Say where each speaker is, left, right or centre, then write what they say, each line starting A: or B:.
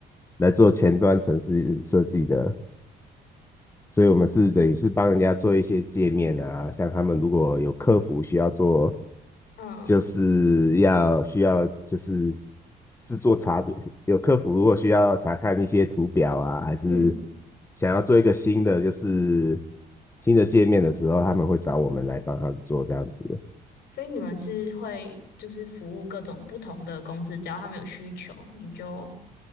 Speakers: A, on the left (about 15°); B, on the left (about 70°).
A: 来做前端城市设计的。所以我们是等于是帮人家做一些界面啊，像他们如果有客服需要做，
B: 嗯
A: 就是要需要就是制作查表，<laughs> 有客服如果需要查看一些图表啊，还是
B: 嗯，
A: 想要做一个新的就是新的界面的时候，他们会找我们来帮他们做这样子。
B: 所以你们是会就是服务各种不同的公司，只要他们有需求，你就